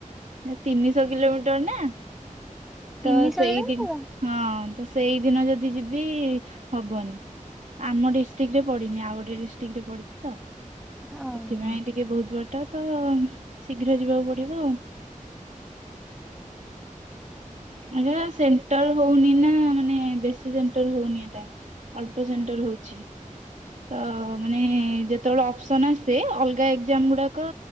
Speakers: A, on the right; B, in the centre.
A: ଏ ତିନିଶହ କିଲୋମିଟର୍ ନା।
B: ତିନି
A: ତ ସେଇ
B: ସରିଲାଣି
A: ଦିନ୍
B: ତୋର?
A: ହଁ ତ ସେଇଦିନ ଯଦି ଯିବି ହବନି। ଆମ ଡିଷ୍ଟ୍ରିକ୍ ରେ ପଡିନି ଆଉ ଗୋଟେ ଡିଷ୍ଟ୍ରିକ୍ ରେ ପଡିଛି ତ।
B: ହଁ।
A: ସେଥିପାଇଁ ଟିକେ ବହୁତ ବାଟ ତ ଶୀଘ୍ର ଯିବାକୁ ପଡିବ। ଆଙ୍କର ସେଣ୍ଟର୍ ହଉନି ନା ମାନେ ବେଶୀ ସେଣ୍ଟର୍ ହଉନି ଏଟା। ଅଳ୍ପ ସେଣ୍ଟର୍ ହଉଛି। ତ ମାନେ ଯେତେବେଳେ ଅପସନ୍ ଆସେ ଅଲଗା ଏକ୍ଜାମ୍ ଗୁଡାକ